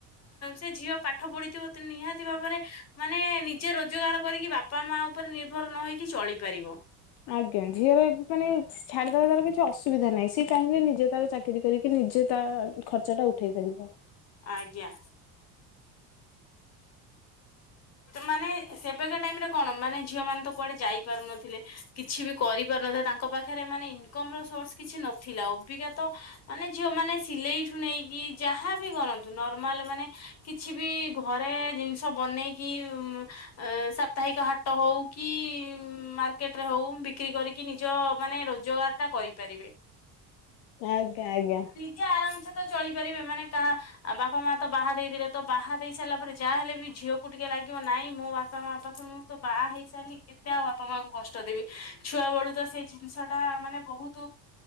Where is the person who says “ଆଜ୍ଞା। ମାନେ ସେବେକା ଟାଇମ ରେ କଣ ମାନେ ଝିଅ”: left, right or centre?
Left